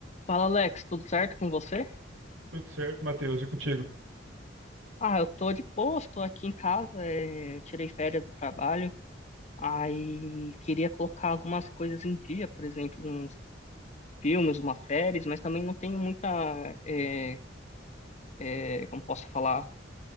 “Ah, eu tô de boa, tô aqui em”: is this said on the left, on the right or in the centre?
Left